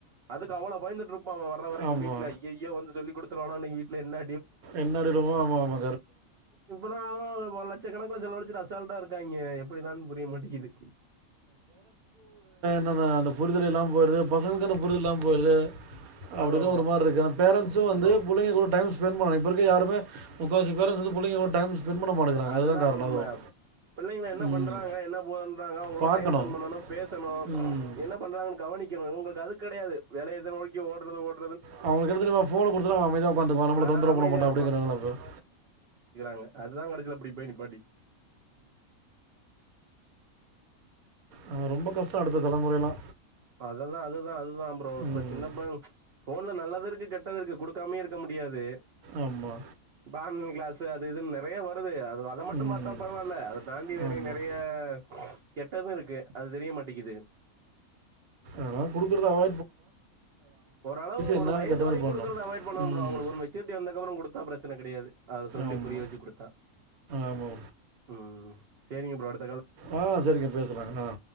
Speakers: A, on the right; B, on the right.
A: அதுக்கு அவ்ளோ பயந்துட்டு இருப்போ அவுங்க வர்ற வரைக்கு
B: ஆமா.
A: வீட்ல அய்யய்யோ வந்து சொல்லி குடுத்துருவானோ இன்னைக்கு வீட்ல என்ன
B: என்ன அடி விழுமோ ஆமாமா
A: இவ்வளவு ஒரு லட்சக்கணக்குல செலவழச்சிட்டு அசால்டா இருக்காங்கிக எப்படிதான்னு புரிய மாட்டிக்கிது
B: அதா அதா அந்த புரிதல் இல்லாம போயிடுது பசங்களுக்கு அந்த புரிதல் இல்லாம போயிடுது அப்டின்னு
A: அதோ
B: ஒரு மாரி இருக்கு ஆனா பேரன்ட்ஸு வந்து
A: அதா
B: புள்ளைங்க கூட டைம் ஸ்பெண்டு பண்ணணு இப்ப இருக்கிற யாருமே முக்கா வாசி பேரன்ட்ஸ் புள்ளங்ககூட டைம் ஸ்பெண்ட் பண்ண மாட்டேங்கிறாங்க
A: அதுதாங்க
B: அதுதான் காரணம்
A: உண்ம
B: அதுவும்
A: பிள்ளைங்க என்ன
B: ம்
A: பண்றாங்க என்ன போன்றாங்க அவுங்களோட
B: பார்க்கணும்
A: டைம் ஸ்பெண்ட் பண்ணனு பேசணு
B: ம்
A: என்ன பண்றாங்கனு கவனி கிறது உங்களுக்கு அது கிடையாது வேலையே இத நோக்கி ஓடுறது ஓட்
B: அவங்களுக்கு என்ன தெரியுமா ஃபோன குடுத்துட்டா அவன் அமைதியா உக்காந்துக்குவா நம்மல
A: ஆ
B: தொந்தரவு
A: அமைதியா
B: பண்ண மாட்டா அப்புடிங்கிற <unintelligible>
A: அ அதுதா கடைச்சில அப்புடி போய் நீப்பாட்டி
B: ஆ ரொம்ப கஷ்டோ அடுத்த தலமுறையல்லா
A: இப்ப அததான் அதுதான் அதுதான் ப்ரோ இப்ப
B: ம்
A: சின்னப்ப ஃபோன் ல நல்லதூ இருக்கு கெட்டது இருக்கு குடுக்காமே இருக்க முடியாது
B: ஆமா
A: இப்ப ஆன்லைன் கிளாஸு அது இதுன்னு நெறையா வருது அது அத மட்டும்
B: ம்
A: பாத்தா பரவால்ல அத தாண்டி வேறே
B: ஆமாம்
A: நெறைய அ கெட்டதும் இருக்கு அது தெரிய மாட்டிகிது
B: ஆனா குடுக்குறுது அவ
A: ஓரளவு
B: என்னக்கேத்த
A: ஒரு வயசு வரைக்கும்
B: மாரி பண்ணணு
A: குடுக்குறது அவாய்ட் பண்ணணோ
B: ம்
A: ப்ரோ அவங்களுக்கு ஒரு மெச்சூரிட்டி வந்ததுக்கப்புறம் குட் குடுத்தா பிரச்சன கிடையாது அத சொல்லி
B: ஆமா
A: புரிய வச்சு குடுத்தா
B: ஆமா
A: ம் சரிங்க ப்ரோ அடுத்
B: ஆ சரிங்க பேசலாங்க அ